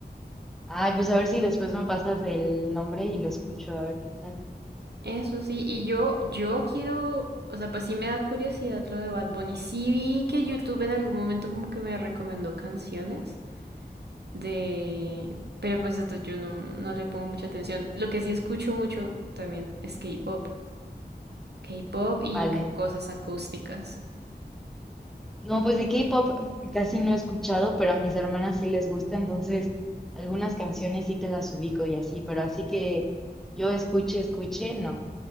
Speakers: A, in the centre; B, on the right.
A: Ay, pues a ver si después me pasas el nombre y lo escucho, a ver qué tal.
B: Eso sí, y yo, yo quiero, o sea, pues sí me da curiosidad lo de Bad Bunny. Sí vi que YouTube en algún momento como que me recomendó canciones. de... Pero pues esto yo no, no, no le pongo mucha atención. Lo que sí escucho mucho también es K-pop. K-pop y
A: Vale.
B: como cosas acústicas.
A: No, pues de K-pop casi no he escuchado, pero a mis hermanas sí les gusta, entonces algunas canciones sí te las ubico y así, pero así que yo escuche, escuche, no.